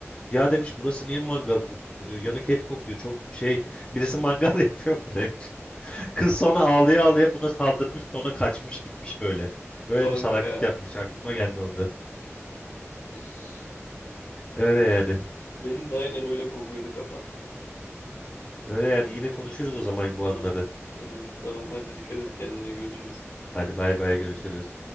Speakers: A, on the left (about 20°); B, on the left (about 85°).
A: Ya demiş burası niye mangal kokuyor? Yanık et kokuyor. Çok şey birisi mangal <laughs> yapıyor mu demiş. Kız sonra ağlaya ağlaya buna saldırmış sonra kaçmış gitmiş böyle. Öyle
B: Kanka
A: bir salaklık
B: ya.
A: yapmış. Aklıma geldi o da.
B: <laughs>
A: Öyle yani.
B: Benim de aynen öyle kokuyordu kafa.
A: Öyle yani yine konuşuruz o zaman bu
B: Tamam.
A: anları.
B: Tamam. Tamam. Hadi dikkat et kendine. Görüşürüz.
A: Hadi bay bay görüşürüz.